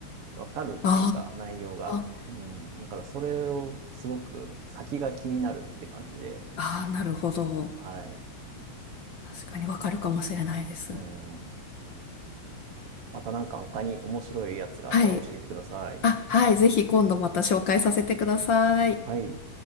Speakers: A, on the right; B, on the left.
A: 分かるっていうか、
B: あ
A: 内容が。
B: ー、
A: うん。だからそれをすごく先が気になるって感じで。
B: あー、なるほど。
A: はい。
B: 確かにわかるかもしれないです。
A: うん。またなんか他に面白いやつがあったら教えてください。
B: はい。あ、はい。ぜひ今度また紹介させてください。
A: はい。